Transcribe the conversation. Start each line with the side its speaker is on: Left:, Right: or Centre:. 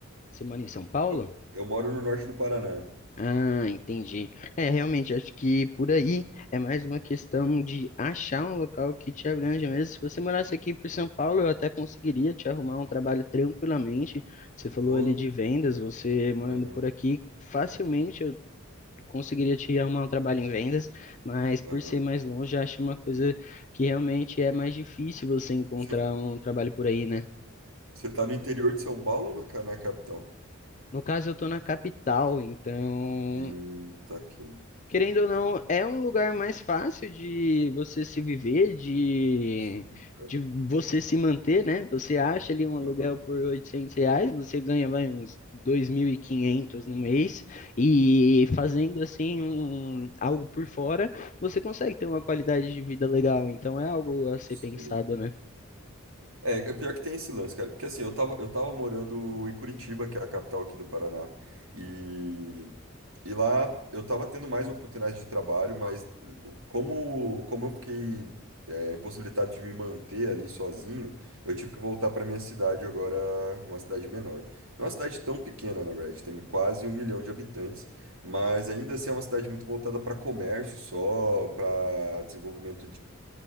Left: Você mora em São Paulo?
Right: Eu, eu moro no norte do Paraná.
Left: Ah, entendi. É, realmente, acho que por aí é mais uma questão de achar um local que te abrange mesmo. Se você morasse aqui por São Paulo, eu até conseguiria te arrumar um trabalho tranquilamente. Você falou
Right: Pô,
Left: ali de vendas, você morando
Right: aham,
Left: por aqui, facilmente eu conseguiria te arrumar um trabalho em vendas, mas por
Right: aham.
Left: ser mais longe, acho uma coisa que realmente é mais difícil você encontrar
Right: Você
Left: um trabalho por aí, né?
Right: você tá no interior de São Paulo ou na, ca- na capital?
Left: No caso, eu tô na capital, então
Right: Hum, tá aqui.
Left: querendo ou não,
Right: Isso aqui,
Left: é um lugar mais fácil de você se viver, de,
Right: Sim, cara.
Left: de você se manter, né? Você acha ali um aluguel
Right: Aham,
Left: por 800 reais, você ganha vai, uns 2.500 no mês, e fazendo assim um, algo por fora, você consegue ter uma qualidade de vida legal. Então é algo a ser
Right: sei.
Left: pensado, né?
Right: É, é pior que tem esse lance, cara. Porque assim, eu tava, eu tava morando em Curitiba, que é a capital aqui do Paraná, e, e lá eu tava tendo mais oportunidades de trabalho, mas hum, como, como eu fiquei, é, impossibilitado de me manter ali sozinho, eu tive que voltar pra minha cidade agora, uma cidade menor. Não é uma cidade tão pequena, na verdade, tem quase um milhão de habitantes, mas ainda assim é uma cidade muito voltada para comércio só, para desenvolvimento